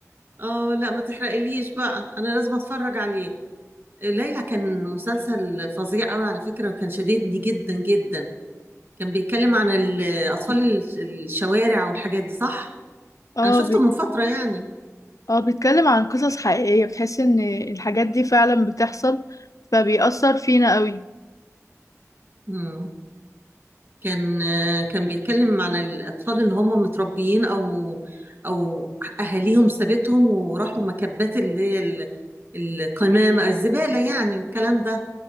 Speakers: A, on the right; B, on the left.
A: آه لا ما تحرقليش بقى أنا لازم أتفرج عليه ليلى كان مسلسل فظيع قوي على فكرة وكان شديدني جدا جدا كان بيتكلم عن ال- أطفال ال- الشوارع والحاجات دي صح؟
B: اه
A: أنا شفته من فترة يعني
B: اه بيتكلم عن قصص حقيقية بتحس ان الحاجات دي فعلا بتحصل فبيأثر فينا قوي
A: مم. كان كان بيتكلم عن الأطفال اللي هم متربيين أو أو أهاليهم سابتهم وراحوا مكبات اللي هي ال- القمامة الزبالة يعني والكلام ده